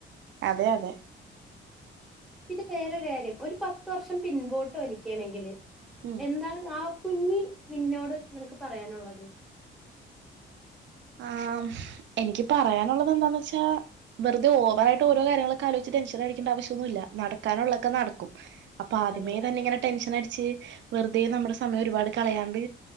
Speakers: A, on the right (about 65°); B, in the centre.
A: അതെ അതെ
B: പിന്നെ വേറൊരു കാര്യം ഒരു പത്ത് വർഷം പിൻപോട്ട് വലിക്കുകയാണെങ്കില്
A: ഉം
B: എന്താണ് രാവ് കുഞ്ഞി നിന്നോട് നിനക്ക് പറയാനുള്ളത്
A: ആഹ് എനിക്ക് പറയാനൊള്ളത് എന്താന്ന് വെച്ചാ വെറുതെ ഓവറായിട്ട് ഓരോ കാര്യങ്ങളൾ ഒക്കെ ആലോചിച്ച് ടെൻഷൻ അടിക്കേണ്ട ആവശ്യമൊന്നുല്ല നടക്കാനുള്ളൊക്കെ നടക്കും അപ്പൊ ആദ്യമേ
B: അതെ
A: തന്നെ ഇങ്ങനെ ടെൻഷൻ അടിച്ച് വെറുതെ നമ്മുടെ സമയം ഒരുപാട് കളയാണ്ട്